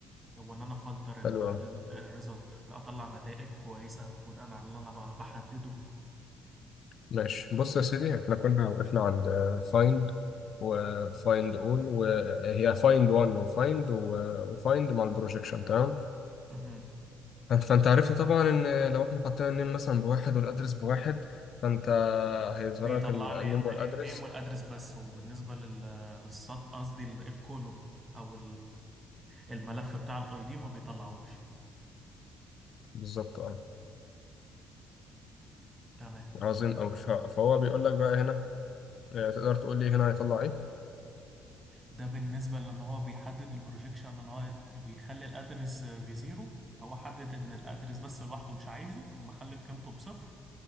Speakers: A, on the right (about 25°); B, on the left (about 55°).
A: هو ان انا فلتر الريزلت
B: حلو أوي
A: اطلع نتائج كويسه بناء على اللي انا ب- بحدده
B: ماشي بص يا سيدي احنا كنا وقفنا عند فايند وفايند اول وهي فايند 1 وفايند وفايند مع البروجيكشن تمام
A: مهم.
B: فانت فأنت عرفت طبعا ان لو احنا حطينا النيم مثلا بواحد والادرس بواحد فانت هيظهر
A: بيطلع
B: لك ال- النيم
A: لي
B: والادرس
A: النيم والادرس بس وبالنسبه لل- للسط قصدي الكولوم او الملف بتاع الاي دي ما بيطلعوش
B: بالظبط اه
A: تمام
B: عظيم أوي ف- فهو بيقول لك بقى هنا آه، تقدر تقول لي هنا هيطلع ايه
A: ده بالنسبة لان هو بيحدد البروجيكشن ان هو بيخلي الادرس بزيرو فهو حدد ان الادرس بس لوحده مش عايزه مخلي قيمته بصفر